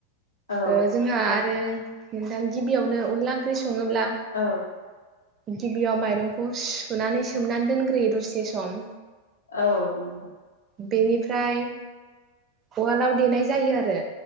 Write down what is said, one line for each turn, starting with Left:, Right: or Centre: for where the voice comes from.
Left: औ
Right: ओ जोंहा आरो नोंथां गिबियावनो अनला ओंख्रि सङोब्ला
Left: औ
Right: गिबियाव माइरंखौ सुनानै सोमनानै दोनग्रोयो दसे सम।
Left: औ नोंगौ
Right: बेनिफ्राय उवालाव देनाय जायो आरो।